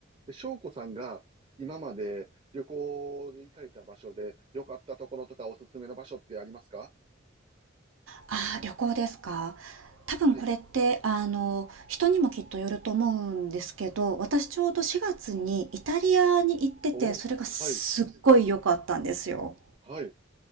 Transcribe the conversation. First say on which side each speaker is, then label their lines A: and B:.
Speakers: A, on the right; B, on the right.
A: で、翔子さんが今まで旅行で行かれた場所で良かったところとかおすすめの場所ってありますか
B: ああ、旅行ですか。多分これって、
A: はい。
B: あの、人にもきっとよると思うんですけど、私ちょうど4月にイタリアに行ってて、
A: おお、
B: それがすっごい良かったんですよ。
A: はい、はい。